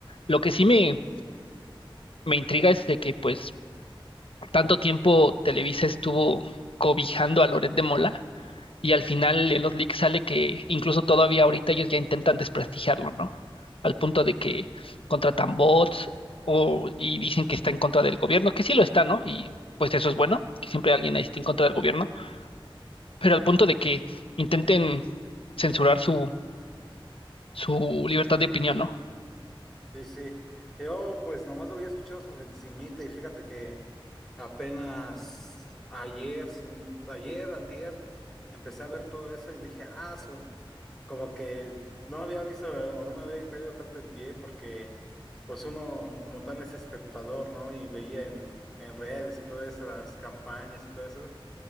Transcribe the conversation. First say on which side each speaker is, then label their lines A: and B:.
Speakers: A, on the left; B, in the centre.
A: Lo que sí me, me intriga es de que, pues, tanto tiempo Televisa estuvo cobijando a Loret de Mola Y al final en los leaks sale que incluso todavía ahorita ellos ya intentan desprestigiarlo, ¿no? Al punto de que contratan bots o, y dicen que está en contra del gobierno, que sí lo está, ¿no? Y pues eso es bueno, que siempre alguien ahí esté en contra del gobierno, pero al punto de que intenten censurar su, su libertad de opinión, ¿no?
B: Sí, sí. Yo pues nomás lo había escuchado sobre encimita y fíjate que apenas ayer, sin- ayer, antier, empecé a ver todo eso y dije, ah, su-", como que no había visto o no me había creído tanto en pie porque pues uno como tal es espectador, ¿no? Y veía en, en redes y todas las campañas y todo eso.